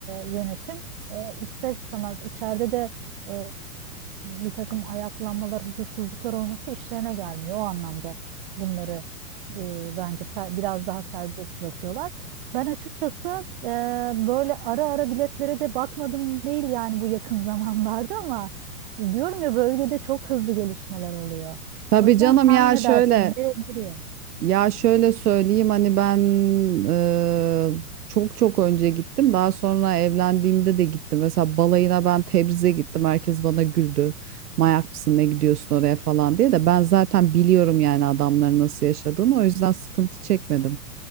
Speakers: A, on the right; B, on the right.
A: yönetim. E, ister istemez içeride de e, bir takım ayaklanmalar, huzursuzluklar olması işlerine gelmiyor. O anlamda bunları e, bence ser- biraz daha serbest bırakıyorlar. Ben açıkçası e, böyle ara ara biletlere de bakmadım değil yani bu yakın <laughs> zamanlarda ama diyorum ya bölgede çok hızlı gelişmeler oluyor.
B: Tabii
A: O yüzden
B: canım
A: sen
B: ya
A: ne
B: şöyle
A: dersin? Ne, nereye?
B: Ya şöyle söyleyeyim hani ben eee, çok çok önce gittim. Daha sonra evlendiğimde de gittim. Mesela balayına ben Tebriz'e gittim. Herkes bana güldü. Mayak mısın ne gidiyorsun oraya falan diye de ben zaten biliyorum yani adamların nasıl yaşadığını. O yüzden sıkıntı çekmedim.